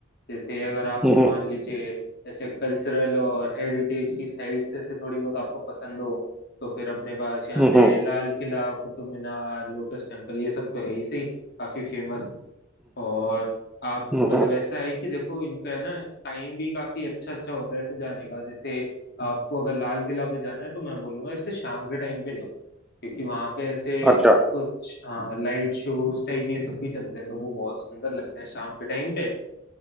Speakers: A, on the left; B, in the centre.
A: जैसे अगर आपको
B: हम्म
A: मान लीजिए ऐसे कल्चरल और हेरिटेज की साइट्स ऐसे थोड़ी बहुत आपको पसंद हो तो फिर अपने पास यहाँ
B: हम्म
A: पे
B: हम्म
A: लाल किला कुतुब मीनार लोटस टेम्पल ये सब तो है ही सही काफी फेमस और आप
B: हम्म,
A: मतलब
B: हम्म,
A: ऐसा है कि देखो इनका है ना टाइम भी काफी अच्छा अच्छा होता है ऐसे जाने का जैसे आपको अगर लाल किला पे जाना है तो मैं बोलूंगा ऐसे शाम के टाइम पे जाओ क्योंकि वहां पे ऐसे
B: अच्छा
A: कुछ हाँ लाइट शोज टाइप ये सब भी चलते हैं तो वो बहुत सुंदर लगते हैं शाम के टाइम पे